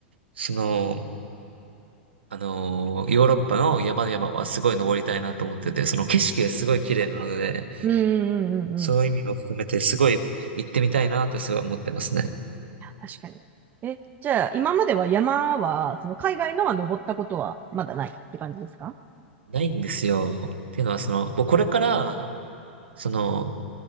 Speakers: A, on the right (about 80°); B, on the right (about 30°).
A: その、あのーヨーロッパの山々はすごい登りたいなと思ってて、その景色がすごい綺麗なので、
B: うんうん。うんうんうんうんうんうんうんうんい
A: そういう意味も含めてすごい行ってみたいなとすごい思ってますね。
B: や、確かに。え、じゃあ、今までは山は、その海外のは登ったことはまだないって感じですか
A: ないんですよ。っていうのはその、僕これから、その、